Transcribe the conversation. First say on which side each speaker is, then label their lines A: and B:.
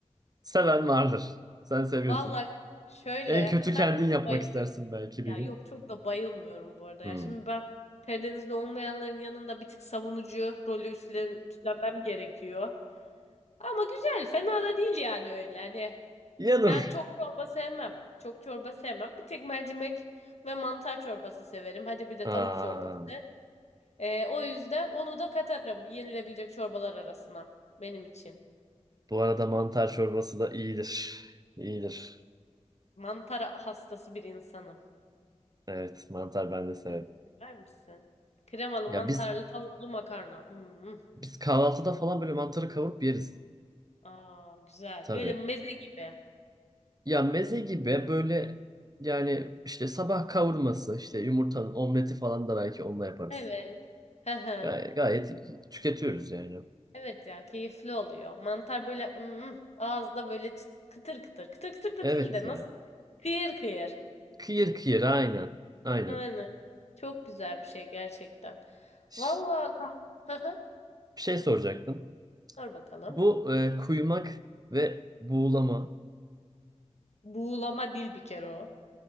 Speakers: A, on the right; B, on the left.
A: Seven vardır. Sen seviyorsun.
B: Vallahi şöyle
A: En kötü
B: ben
A: kendin
B: çok
A: yapmak
B: da bayılmıyorum.
A: istersin belki
B: Ya
A: bir gün.
B: yok çok da bayılmıyorum bu arada.
A: Hı.
B: Ya şimdi ben Karadenizli olmayanların yanında bir tık savunucu rolü üstlen, üstlenmem gerekiyor. Ama güzel, fena da değil yani öyle. Hani
A: <laughs>
B: ben çok
A: Yanır.
B: çorba sevmem. Çok çorba sevmem. Bir tek mercimek ve mantar çorbası severim. Hadi bir de
A: Aa,
B: tavuk çorbası. Ee, o yüzden onu da katarım yenilebilecek çorbalar arasına benim için.
A: bu arada mantar çorbası da iyidir. İyidir.
B: Of, mantar hastası bir insanım.
A: Evet, mantar ben de severim.
B: Sen de sever misin? Kremalı,
A: Ya
B: mantarlı,
A: biz
B: tavuklu makarna. Hmm.
A: biz kahvaltıda falan böyle mantarı kavurup yeriz
B: Aa, güzel.
A: tabii.
B: Böyle meze gibi.
A: Ya meze gibi böyle yani işte sabah kavurması, işte yumurtanın omleti falan da belki onunla yaparız.
B: Evet. Hı hı.
A: Gay- Gayet, tüketiyoruz yani.
B: Evet ya keyifli oluyor. Mantar böyle hmm, ağızda böyle çıt- kıtır kıtır. Kıtır kıtır da
A: Evet
B: değil de
A: ya.
B: nasıl? Kıyır kıyır.
A: Kıyır kıyır aynen. Aynen.
B: Aynen. Çok güzel bir şey gerçekten.
A: Ş-
B: Vallahi kah- <laughs> Hı hı.
A: Bir şey soracaktım.
B: Dur bakalım.
A: Bu e, kuymak ve buğulama,
B: Buğulama değil bir kere o.